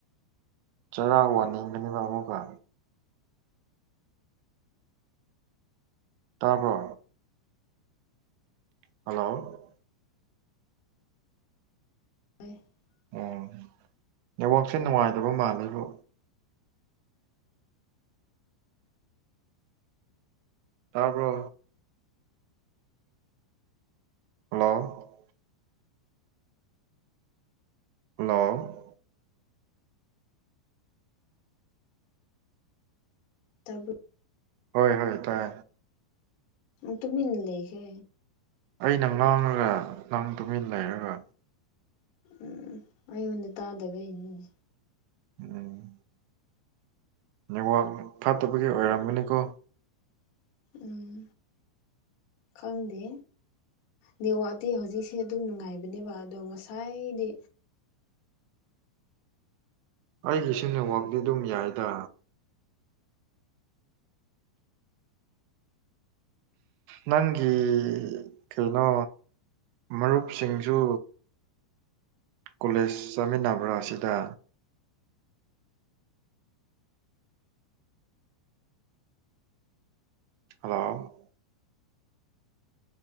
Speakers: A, on the right; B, on the left.
A: ꯆꯔꯥ ꯋꯥꯅꯤꯡꯒꯅꯤꯕ ꯑꯃꯨꯛꯒ ꯇꯥꯕ꯭ꯔꯣ ꯍꯜꯂꯣ
B: <inaudible>
A: ꯑꯣ ꯅꯦꯠꯋꯥꯛꯁꯦ ꯅꯨꯡꯉꯥꯏꯇꯕ ꯃꯥꯜꯂꯤꯕꯣ ꯇꯥꯕ꯭ꯔꯣ ꯍꯜꯂꯣ ꯍꯜꯂꯣ
B: ꯇꯥꯕ꯭ꯔꯣ
A: ꯍꯣꯏ ꯍꯣꯏ ꯇꯥꯏ
B: ꯇꯨꯃꯤꯟꯅ ꯂꯩꯒꯦ
A: ꯑꯩꯅ ꯉꯥꯡꯉꯒ ꯅꯪ ꯇꯨꯃꯤꯟ ꯂꯩꯔꯒ
B: ꯎꯝ ꯑꯩꯉꯣꯟꯗ ꯇꯥꯗꯕꯩꯅꯦ
A: ꯎꯝ ꯅꯦꯠꯋꯥꯛ ꯐꯠꯇꯕꯒꯤ ꯑꯣꯏꯔꯝꯒꯅꯤꯀꯣ
B: ꯎꯝ ꯈꯪꯗꯦ ꯅꯦꯋꯥꯛꯇꯤ ꯍꯧꯖꯤꯛꯁꯦ ꯑꯗꯨꯝ ꯅꯨꯡꯉꯥꯏꯕꯅꯦꯕ ꯑꯗꯣ ꯉꯁꯥꯏꯗꯤ
A: ꯑꯩꯒꯤꯁꯨ ꯅꯦꯠꯋꯥꯛꯇꯤ ꯑꯗꯨꯝ ꯌꯥꯏꯗ ꯅꯪꯒꯤ ꯀꯩꯅꯣ ꯃꯔꯨꯞꯁꯤꯡꯁꯨ ꯀꯣꯂꯦꯁ ꯆꯥꯃꯤꯟꯅꯕ꯭ꯔꯥ ꯁꯤꯗ hello